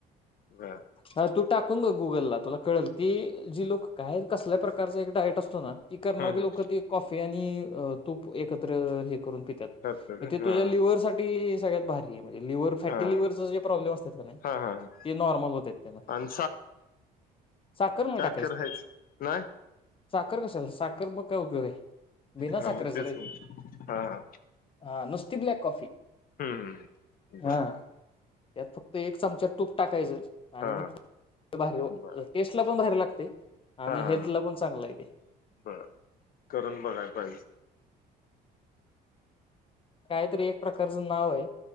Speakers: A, on the left; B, on the left.
A: हा
B: हा तू टाकून बघ गुगलला तुला कळेल ती जी लोक काय कसल्या प्रकारचा एक डायट असतो ना ती करणारी
A: हम्म हम्म
B: लोकं ते कॉफी आणि तूप एकत्र हे करून पित्यात
A: सत्तर
B: ते
A: हा
B: तुझ्या लिव्हर साठी सगळ्यात भारी आहे म्हणजे लिवर फॅटी
A: हा
B: लिवरचे
A: हा
B: जे प्रॉब्लेम असतात का नाही
A: हा हा
B: ते नॉर्मल होत आहेत त्यांनं
A: आणि
B: साखर नाही टाक
A: करहायच ना
B: साखर कशाला साखर मग काय उपयोग आहे बीना
A: हा
B: साखरेचं
A: मग तेच
B: रे
A: मग हा हा
B: ह नुस्ती ब्लॅक कॉफी
A: हम्म हम् बर
B: हा त्यात फक्त एक चमचा तूप टाकायचं आणि
A: हा
B: मग भारी
A: बर
B: टेस्टला पण भारी लागतय आणि
A: हा हा
B: हेल्थ ला पण चांगलं आहे तेे
A: बर करून बघायला पाहिजे
B: कायतरी एक प्रकारचं नाव आहे